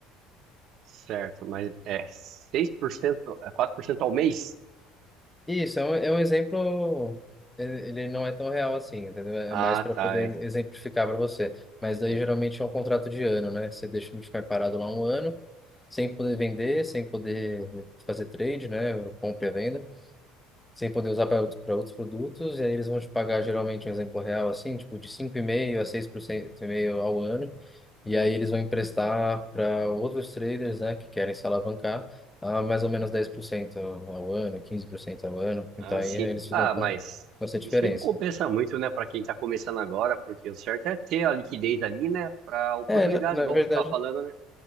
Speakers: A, on the right (about 45°); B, in the centre.
A: Certo, mas é 6%, é 4% ao mês?
B: E Isso é um, é um exemplo, ele ele não é tão real assim, entendeu? É
A: Ah,
B: mais para
A: tá.
B: poder
A: É,
B: exemplificar para você. Mas daí
A: é-
B: geralmente é um contrato de ano, né? Você deixa o Bitcoin parado lá um ano, sem poder vender, sem poder fazer trade, né? Compra e venda. sem poder usar para outros, pra outros produtos, e aí eles vão te pagar geralmente um exemplo real, assim, tipo de 5,5% a 6% e meio ao ano, e aí eles vão emprestar para outros traders, né, que querem se alavancar, a mais ou menos 10% ao ano, 15% ao ano,
A: ah,
B: então aí
A: sim.
B: eles ficam
A: Ah,
B: com
A: mas
B: com essa diferença.
A: isso aí não compensa muito, né, para quem está começando agora, porque o certo é ter a liquidez ali, né, para oportunidades,
B: É, na, na
A: igual
B: verdade,
A: você está falando, né?